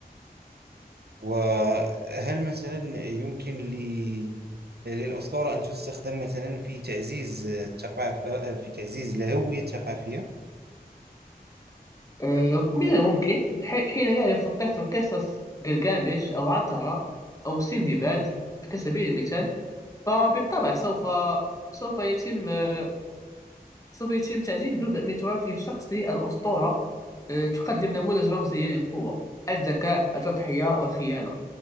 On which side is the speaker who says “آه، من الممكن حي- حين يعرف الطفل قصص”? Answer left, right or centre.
Left